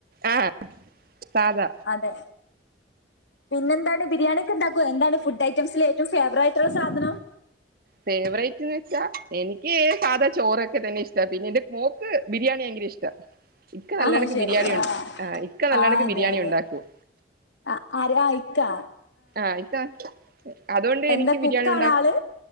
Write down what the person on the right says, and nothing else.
ആ സാദാ.
ഫേവറേറ്റ് എന്ന് വെച്ചാ എനിക്ക് സാധാ ചോറൊക്കെ തന്നെ ഇഷ്ട പിന്നെ എന്റെ മോക്ക് ബിരിയാണി ഭയങ്കര ഇഷ്ടാ. ഇക്ക നല്ലണക്ക്
ബിരിയാണി ഉണ്ട്
ആഹ് ഇക്ക നല്ലണക്ക്
ബിരിയാണി
ഉണ്ടാക്കും
ആയിക്ക അതുകൊണ്ട് എനിക്ക്
ബിരിയാണി
ഉണ്ടാക്ക.